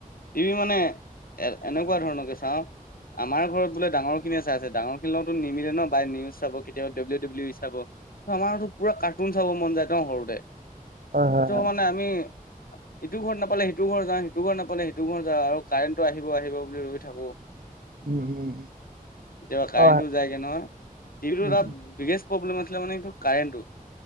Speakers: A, on the left; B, on the right.
A: টিভি মানে এনেকুৱা ধৰণকে চাওঁ আমাৰ ঘৰত বোলে ডাঙৰখিনিয়ে চাই আছে, ডাঙৰখিনিৰ লগততো নিমিলে ন। বাই নিউজ চাব, কেতিয়ালা ডাব্লিউ -ডাব্লিউ ই চাব আমাৰতো পুৰা কাৰ্টুন চাব মন যায় ন সৰুতে
B: হয়। হয়।
A: ত'
B: হয়
A: মানে আমি ইটো ঘৰত নাপালে, সিটো ঘৰ যাওঁ। সিটো ঘৰ নাপালে, সিটো ঘৰ যাওঁ। আৰু কাৰেণ্টটো আহিব -আহিব বুলি ৰৈ থাকো।
B: <inaudible> উম
A: কেতিয়াবা কাৰেণ্টটো
B: অ
A: যায়গে নহয়। টিভিটো
B: উম
A: এটা
B: উম।
A: বিগেষ্ট প্ৰব্লেম আছিলে মানে এইটো কাৰেণ্টটো।